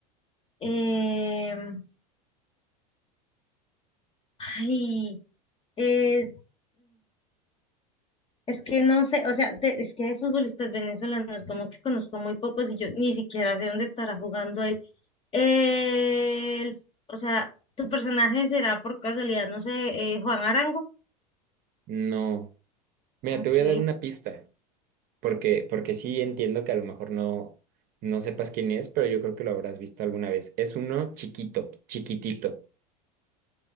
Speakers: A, on the left; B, on the right.
A: Em, ay, eh, Es que no sé, o sea, de- es que de futbolistas venezolanos como que conozco muy pocos y yo ni siquiera sé dónde estará jugando él. El, o sea, tu personaje será por casualidad, no sé, eh, Juan Arango.
B: no. Mira,
A: Ok,
B: te voy a dar una pista, porque, porque sí entiendo que a lo mejor no, no sepas quién es, pero yo creo que lo habrás visto alguna vez. Es uno chiquito, chiquitito.